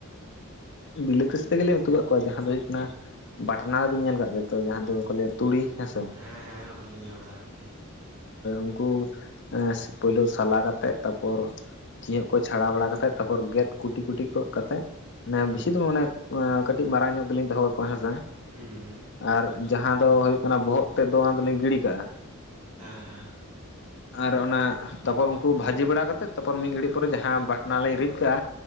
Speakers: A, on the left; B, on the right.
A: ᱵᱤᱞᱟᱹᱛᱤ ᱥᱟᱛᱮᱜᱮᱞᱤᱧ ᱩᱛᱩ ᱠᱟᱜ ᱠᱚᱣᱟ ᱡᱟᱦᱟᱸ ᱫᱚ ᱦᱩᱭᱩᱜ ᱠᱟᱱᱟ ᱵᱟᱴᱱᱟ ᱫᱚᱵᱤᱱ ᱧᱮᱞ ᱟᱠᱟᱜ ᱜᱮᱭᱟ ᱛᱚ ᱡᱟᱦᱟᱸ ᱫᱚᱠᱚ ᱞᱟᱹᱭᱟ ᱛᱩᱲᱤ ᱦᱮᱸᱥᱮ᱾
B: ᱦᱮᱸ ᱦᱮᱸ ᱚᱱᱟ ᱫᱚᱞᱤᱧ ᱧᱮᱞ ᱵᱟᱲᱟ ᱟᱠᱟᱫ ᱜᱮᱭᱟ᱾
A: ᱩᱱᱠᱩ ᱮᱻ ᱯᱳᱭᱞᱳ ᱥᱟᱞᱟ ᱠᱟᱛᱮᱜ ᱛᱟᱨᱯᱚᱨ ᱪᱤᱭᱟᱸᱜ ᱠᱚ ᱪᱷᱟᱲᱟᱣ ᱵᱟᱲᱟ ᱠᱟᱛᱮᱫ ᱛᱟᱨᱯᱚᱨ ᱜᱮᱫ ᱠᱩᱴᱤ ᱠᱩᱴᱤ ᱠᱚᱜ ᱠᱟᱛᱮᱫ ᱢᱟᱱᱮ
B: ᱦᱩᱸ
A: ᱵᱮᱥᱤ
B: ᱦᱩᱸ
A: ᱫᱚ ᱢᱟᱱᱮ ᱠᱟᱹᱴᱤᱡ ᱢᱟᱨᱟᱝ ᱧᱚᱜ ᱜᱮᱞᱤᱧ ᱫᱚᱦᱚ ᱠᱟ ᱠᱚᱣᱟ ᱦᱮᱸᱥᱮ᱾
B: ᱦᱩᱸ ᱦᱩᱸ᱾
A: ᱟᱨ ᱡᱟᱦᱟᱸ ᱫᱚ ᱦᱩᱭᱩᱜ ᱠᱟᱱᱟ, ᱵᱚᱦᱚᱜ ᱛᱮᱜᱫᱚ ᱚᱱᱟ ᱫᱚᱞᱤᱧ ᱜᱤᱰᱤ ᱠᱟᱜᱼᱟ᱾
B: ᱦᱮᱸ ᱦᱮᱸ᱾
A: ᱟᱨ ᱚᱱᱟ ᱛᱟᱨᱯᱚᱨ ᱩᱱᱠᱩ ᱵᱷᱟᱹᱡᱤ ᱵᱟᱲᱟ ᱠᱟᱛᱮᱫ, ᱛᱟᱨᱯᱚᱨ ᱢᱤᱫ ᱜᱷᱟᱹᱲᱤᱡ ᱯᱚᱨᱮ ᱡᱟᱦᱟᱸ ᱵᱟᱴᱱᱟ ᱞᱤᱧ ᱨᱤᱫ ᱠᱟᱜᱼᱟ